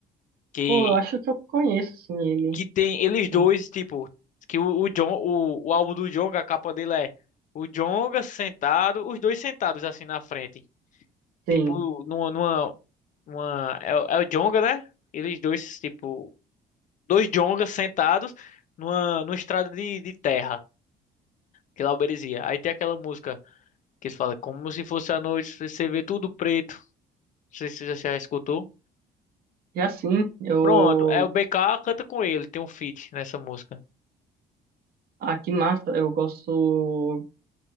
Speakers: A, on the left; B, on the right.
A: Que
B: Pô, eu acho que eu conheço, assim, ele.
A: que tem eles
B: Então,
A: dois, tipo, que o, o John, o, o álbum do Jonga, a capa dele é o Jonga sentado, os dois sentados assim na frente.
B: sim.
A: Tipo, numa, numa, numa- é, o é o Jonga, né? Eles dois, tipo, dois Jongas sentados numa, numa estrada de, de terra, que lá é o Berezia. Aí tem aquela música que eles falam, como se fosse a noite, você vê tudo preto. Não sei se você já escutou.
B: E assim, eu
A: Pronto, é o BK canta com ele, tem um feat nessa música.
B: aqui em Massa eu gosto